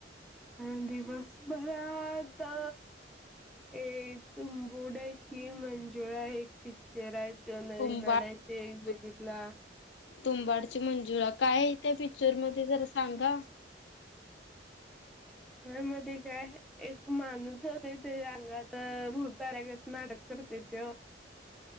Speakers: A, in the centre; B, on the left.
A: अ दिवस बर आता. ए तुम बडे हि मंजुळा एक पिक पिक्चर हाय तो नवीन
B: तुंबाड
A: आलाय तो एक बघितला.
B: तुंबाडची मंजुळा काय त्या पिक्चर मध्ये जरा सांगा? <unintelligible>
A: त्या मध्ये काय. एक माणूस जातोय. त्याच्या अंगाात भुत आल्यागत नाटक करत तेथे.